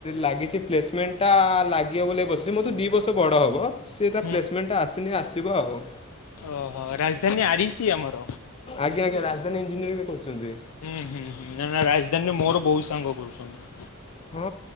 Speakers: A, on the left; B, on the left.
A: ଲାଗିଛି ପ୍ଲେସମେଣ୍ଟା ଲାଗିବ ବୋଲି ବସିଛି ମୋ ଠୁ ଦିଇ ବର୍ଷ ବଡ଼ ହେବ। ସିଏ ତା
B: ହୁଁ
A: ପ୍ଲେସମେଣ୍ଟଟା ଆସିନି ଆସିବ ଆଉ।
B: ଓହୋ ରାଜଧାନୀ ଆରିସି ଆମର।
A: ଆଜ୍ଞା ଆଜ୍ଞା ରାଜଧାନୀ ଇଞ୍ଜିନିୟରିଂ ଏବେ କରୁଛନ୍ତି।
B: ହୁଁ ହୁଁ ହୁଁ ନା ନା ରାଜଧାନୀରେ ମୋର ବହୁତ ସାଙ୍ଗ କରୁଛନ୍ତି।
A: ହଁ।